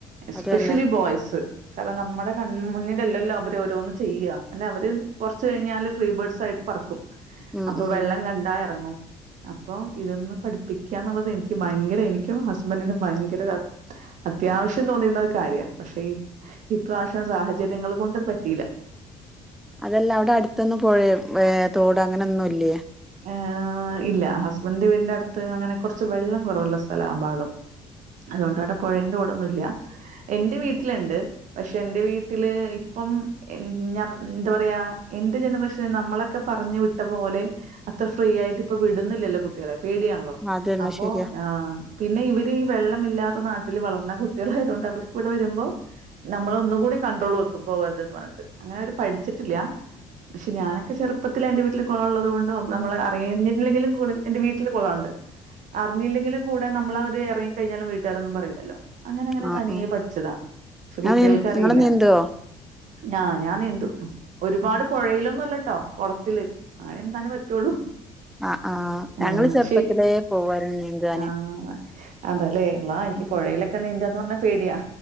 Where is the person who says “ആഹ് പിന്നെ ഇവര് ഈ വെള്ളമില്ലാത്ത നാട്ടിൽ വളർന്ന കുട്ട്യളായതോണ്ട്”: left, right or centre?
Right